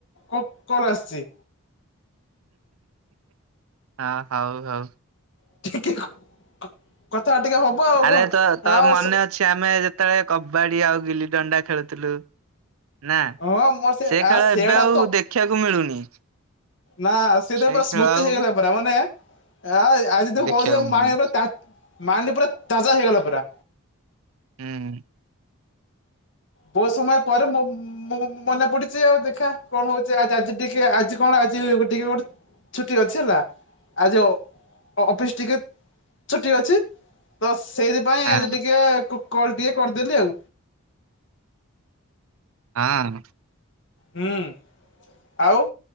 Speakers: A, on the left; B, on the right.
A: କଲ ଆସିଛି।
B: ହଁ ହଉ ହଉ।
A: <unintelligible>
B: ଆରେ ତୋ-ତୋର
A: ଆଉ
B: ମନେ ଅଛି ଆମେ ଯେତେବେଳେ କବାଡି ଆଉ ଗିଲିଦଣ୍ଡା ଖେଳୁଥିଲୁ? ନା,
A: ହଁ ମୋର
B: ସେ
A: ଆ
B: ଖେଳ
A: ସେଆଡା
B: ଏବେ ଆଉ ଦେଖିବାକୁ ମିଳୁନି।
A: ନାଁ, ସେଟା
B: ସେ
A: ପୁରା
B: ଖେଳ
A: ସ୍ମୃତି
B: ଆଉ
A: ହେଇଗଲା, ପୁରା ମାନେ ଆ ଆଜି ତୁ
B: ଦେଖିବାକୁ
A: କହୁଥିଲ
B: ମିଳୁନି
A: ମାଇନ ପୁରା ତା ମାଇଣ୍ଡ ପୁରା ତାଜା ହେଇଗଲା ପୁରା।
B: ହୁଁ।
A: ବହୁତ ସମୟ ପରେ ମୁଁ ମୋ-ମୋ-ମନେ ପଡିଛି ଆଉ ଦେଖିଆ କଣ ହଉଛି ଆ-ଆଜି ଟିକେ ଆଜି କଣ ଆଜି ଟିକେ ଗୋଟେ ଛୁଟି ଅଛି ହେଲା। ଆଜି ଅପ୍-ଅଫିସ୍ ଟିକେ ଛୁଟି ଅଛି ତ ସେଇଥିପାଇଁ
B: ହଁ
A: ଆଜି ଟିକେ କ-କଲ୍ ଟିକେ କରିଦେଲି ଆଉ।
B: ହଁ।
A: ହୁଁ। ଆଉ